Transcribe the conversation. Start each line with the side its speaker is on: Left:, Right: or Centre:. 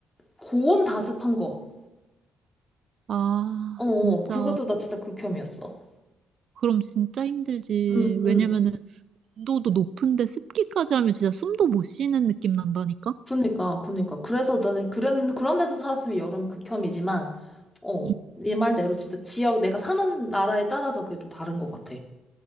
Left: 고온 다습한 거.
Right: 아
Left: 어, 어,
Right: 진짜
Left: 그것도 나 진짜 극혐이었어.
Right: 그럼 진짜 힘들지
Left: 응,
Right: 왜냐면은
Left: 응.
Right: 온도도 높은데 습기까지 하면 진짜 숨도 못 쉬는 느낌 난다니까?
Left: 그니까, 그니까. 그래서 나는 그런, 그런 데서 살았으면 여름 극혐이지만, 어,
Right: 응,
Left: 네 말대로 진짜 지역, 내가 사는 나라에 따라서 그게 또 다른 것 같아.